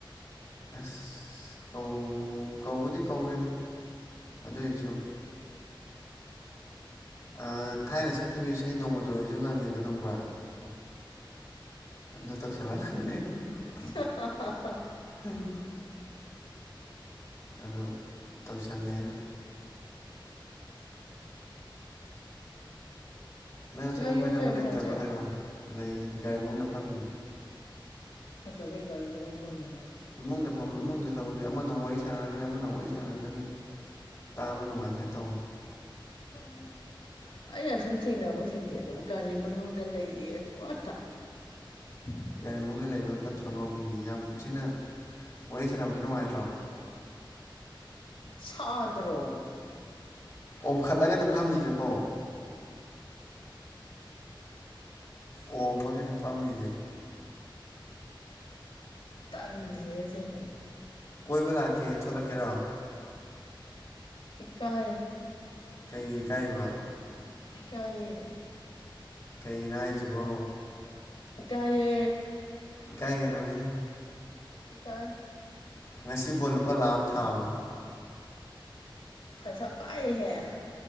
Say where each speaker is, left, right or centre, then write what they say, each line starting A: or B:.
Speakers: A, on the left; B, on the left.
A: ꯑꯁ ꯀꯧ ꯀꯧꯕꯨꯗꯤ ꯀꯧꯋꯦꯗ ꯑꯗꯨꯏꯁꯨ ꯑꯥ ꯊꯥꯏꯅ ꯁꯛꯈꯤꯕ ꯏꯁꯩ ꯅꯣꯡꯃꯇ ꯑꯣꯏꯔꯁꯨ ꯉꯥꯡꯉꯦꯗꯣ ꯈꯪꯕ꯭ꯔꯥ ꯑꯗꯨ ꯇꯧꯁꯜꯂꯛ <unintelligible>
B: <unintelligible>
A: ꯎꯝ ꯑꯗꯨ ꯇꯧꯁꯜꯂꯦ ꯑꯩꯅ ꯅꯪ ꯑꯁꯦꯡꯕ
B: ꯌꯨꯝ
A: ꯀꯣꯏꯅꯕ
B: ꯂꯩꯕ꯭ꯔꯣ
A: ꯂꯩꯇꯕ꯭ꯔ
B: ꯍꯧꯖꯤꯛ
A: ꯍꯥꯏꯔꯣ ꯂꯩꯌꯦ ꯒꯥꯔꯤ ꯃꯅꯨꯡꯗ ꯐꯝꯃꯤꯌꯦ
B: ꯐꯠꯇꯕꯒꯤ ꯒꯥꯔꯤ ꯃꯅꯨꯡ ꯐꯝꯃꯤꯕ
A: ꯏꯃꯨꯡꯗ ꯐꯝꯕ ꯏꯃꯨꯡꯗ ꯇꯧꯕꯗꯤ ꯑꯃꯅ ꯃꯨꯛ ꯋꯥꯔꯤ ꯁꯥꯟꯅꯔꯛꯀꯅꯤ ꯑꯃꯅ ꯃꯨꯛ ꯋꯥꯔꯤ ꯁꯥꯟꯅꯔꯛꯀꯅꯤ ꯇꯥꯕ ꯅꯨꯡꯉꯥꯏꯇꯦ ꯇꯧ
B: ꯑꯣ ꯑꯩꯅꯁꯨꯝ ꯊꯦꯡꯅꯕꯁꯤꯡꯁꯦ ꯑꯗꯨꯝ ꯒꯥꯔꯤ ꯃꯅꯨꯡꯗ ꯂꯩꯌꯦ ꯑꯗꯨ ꯉꯥꯛꯇ <unintelligible>
A: ꯒꯥꯔꯤ ꯃꯅꯨꯡꯗ ꯂꯩꯕꯅ ꯐꯠꯇ꯭ꯔꯣ ꯉꯥꯎꯕꯤ ꯌꯥꯝ ꯊꯤꯅ ꯋꯥꯔꯤ ꯁꯥꯟꯅꯕꯗ ꯅꯨꯡꯉꯥꯏꯇ꯭ꯔꯣ
B: ꯁꯥꯗ꯭ꯔꯣ
A: ꯑꯣꯡꯈꯠꯂꯒꯅꯦ ꯐꯝꯃꯤꯁꯦꯀꯣ ꯑꯣꯝꯃꯒꯅꯦ ꯐꯝꯃꯤꯖꯦ
B: ꯇꯥꯅꯤꯡꯗꯦꯍꯦ ꯑꯁꯦꯡꯕ
A: ꯀꯣꯏꯕ ꯂꯥꯛꯀꯦ ꯊꯣꯛꯂꯛꯀꯦꯔꯣ
B: ꯏꯀꯥꯏ
A: ꯀꯩꯒꯤ ꯏꯀꯥꯏꯕ
B: ꯀꯥꯏꯌꯦ
A: ꯀꯩꯒꯤꯅꯣ ꯍꯥꯏꯁꯤꯕꯣ
B: ꯏꯀꯥꯌꯦ
A: ꯏꯀꯥꯏ ꯒꯅꯣꯍꯦ
B: ꯏꯀꯥꯏ
A: ꯉꯁꯤ ꯕꯣꯜ ꯂꯨꯄꯥ ꯂꯥꯛ ꯑꯃ ꯊꯥꯕꯅꯤ
B: ꯄꯩꯁꯥ ꯄꯥꯏꯍꯦ